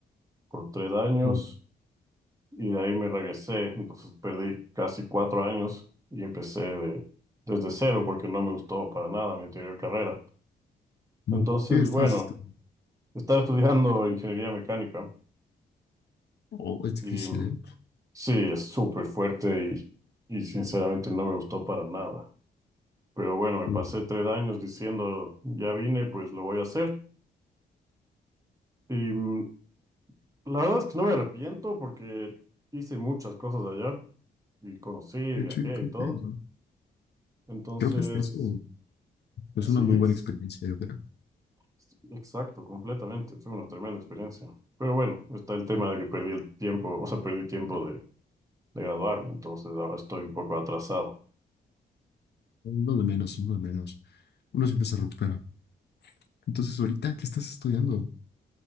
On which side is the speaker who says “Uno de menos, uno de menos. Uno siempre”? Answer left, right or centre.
Left